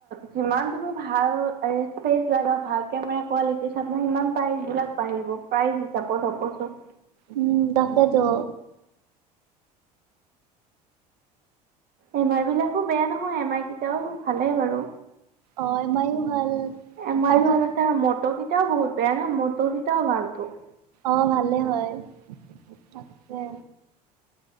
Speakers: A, on the right; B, on the right.
A: কিমান তুমি ভাল এ স্পেচ লগা ভাল কেমেৰা কোৱালিটিৰ চ সমান প্ৰাইজ বিলাক বাঢ়িব প্ৰাইজ হিচাপত হবচোন
B: উম তাকেটো
A: এমই বিলাকো বেয়া নহয় এম আই কেইটাও ভালে বাৰু
B: অ মোবাইল ভাল
A: এমাই
B: আৰু
A: ভাল আছে আৰু মট ক এতিয়াও বহুত বেয়া ন মট কেইটাও ভালতো
B: অ ভালে হয় তাকে